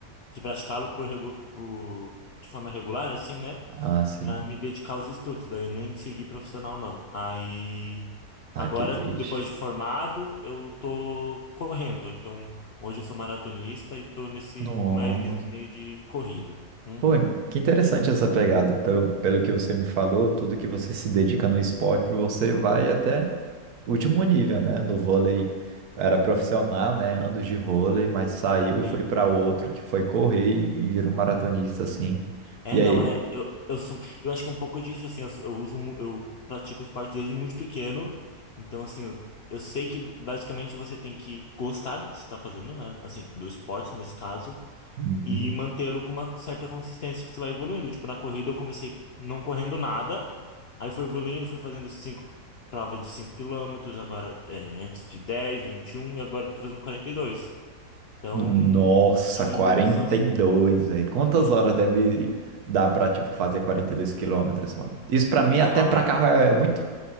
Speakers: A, on the left; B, on the right.
A: de praticá-lo por, regu- por- de forma regular, assim, né?
B: Ah, sim.
A: Pra me dedicar aos estudos, daí nem segui profissional não. Aí
B: Ah,
A: agora,
B: que triste.
A: depois de formado, eu tô correndo. Então, hoje eu sou maratonista e tô nesse,
B: Nossa.
A: mais nesse meio de corrida. Uhum,
B: Pô, que interessante essa pegada. Pelo, pelo que você me falou, tudo que você se dedica no esporte, você vai até o último nível, né? No vôlei era profissional, né? Anos de vôlei, mas saiu e
A: sim.
B: foi para outro que foi correr e, e virou maratonista, assim.
A: É,
B: E
A: não,
B: aí?
A: é. Eu, eu, sou, eu acho que um pouco disso, assim, eu, sou- eu uso, mu- eu pratico esporte desde muito pequeno. Então, assim, eu, eu sei que basicamente você tem que gostar do que você está fazendo, né? Assim, do esporte nesse caso,
B: Uhum.
A: e mantê-lo com uma certa consistência que você vai evoluindo. Tipo, na corrida eu comecei não correndo nada, aí fui evoluindo, fui fazendo cinco provas de 5 quilômetros, agora é, antes de dez vinte e um e agora eu tô fazendo quarenta e dois Então,
B: Nossa,
A: é uma
B: quarenta
A: evolução, assim,
B: e dois velho. Quantas
A: 42.
B: horas deve dar para tipo, fazer 42 quilômetros, mano? Isso para mim,
A: Então,
B: até
A: uma,
B: para
A: me-
B: carro, é, é muito.